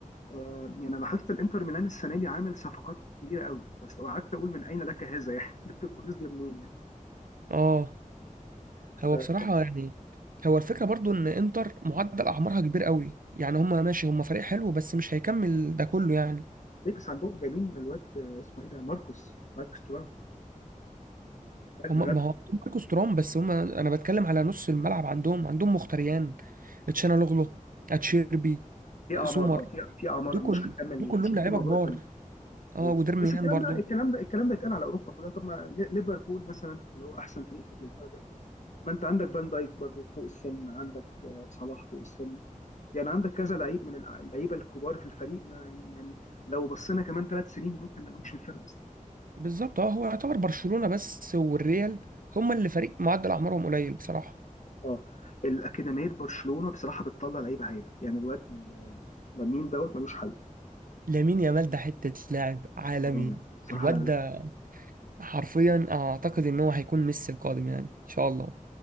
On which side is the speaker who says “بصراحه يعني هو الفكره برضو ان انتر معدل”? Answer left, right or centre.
Right